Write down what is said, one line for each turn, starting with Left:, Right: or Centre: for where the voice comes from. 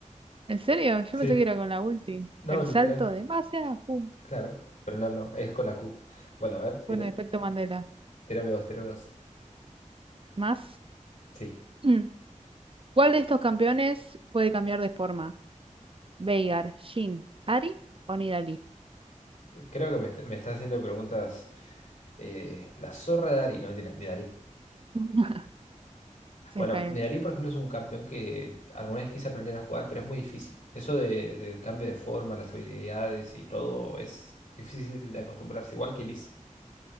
Right: ¿En serio? Yo
Left: Sí,
Right: pensé que era con la ulti.
Left: no,
Right: El
Left: literal,
Right: salto de magia. Pum.
Left: claro. Pero no, no, es con la Q. Bueno, a ver, tira-
Right: bueno efecto Mandela.
Left: tírame vos, tírame vos.
Right: Más.
Left: Sí,
Right: Mm. ¿Cuál de estos campeones puede cambiar de forma? Veigar, Shin, Ari o Nidalee.
Left: creo que me, está- me estás haciendo preguntas eh, la zorra de Ari, no, mentira, ni Dalí.
Right: <laughs> Sí,
Left: Bueno,
Right: está bien.
Left: Nedalí, por ejemplo, es un campeón que alguna vez quise aprender a jugar, pero es muy difícil. Eso de- del cambio de forma, las habilidades y todo es difícil de acostumbrarse, igual que Liz.